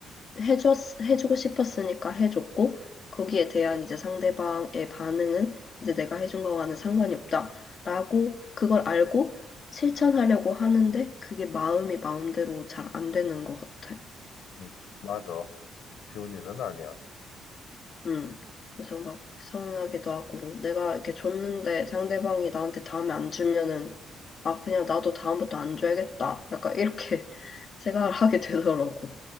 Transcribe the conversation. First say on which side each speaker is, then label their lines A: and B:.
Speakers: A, on the left (about 50°); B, on the left (about 80°).
A: 해줬, 해주고 싶었으니까 해줬고, 거기에 대한 이제 상대방의 반응은 이제 내가 해준 거와는 상관이 없다라고, 그걸 알고 실천하려고 하는데, 그게 마음이 마음대로 잘 안 되는 것 같아.
B: 음, 맞아, 쉬운 일은 아니야,
A: 음. 그래서 막 서운하기도 하고, 내가 이렇게 줬는데 상대방이 나한테 다음에 안 주면은, 아, 그냥 나도 다음부터 안 줘야겠다. 약간 이렇게 <laughs> 생각을 하게 되더라고.